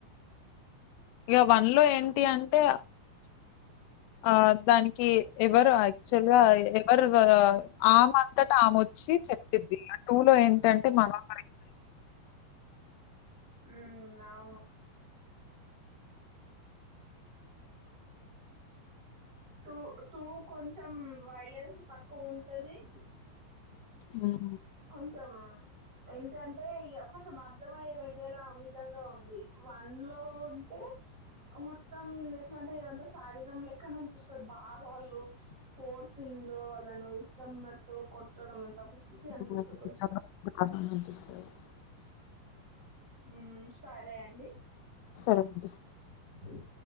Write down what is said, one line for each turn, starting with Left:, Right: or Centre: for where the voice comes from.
Left: ఇక వన్ లో ఏంటి అంటే ఆ దానికి ఎవరు యాక్చువల్ గా మరి ఆమె అంతటా ఆమె వచ్చి చెప్పిద్ది అ టూ లో ఏంటంటే మనం
Right: ఉ అవును టూ టూ కొంచెం వైలెన్స్ తక్కువ ఉంటది
Left: హ్మ్.
Right: కొంచంచం ఏంటంటే ఇ కొంచెం అర్ధమయ్యే విధల విధంగా ఉంది వన్ లో ఉంటే మహూర్తం ఇట్లాంటి కదా శారీధం లెక్క అనిపిస్తుంది బాగా వాళ్ళు ఫోర్సింగ్ వాళ్ళను ఇష్టం ఉన్నట్టు కొట్టడం
Left: స
Right: పిచ్చి పిచ్చి అనిపిస్తది కొంచెం ఉ సరే అండి
Left: సరే అండి
Right: అ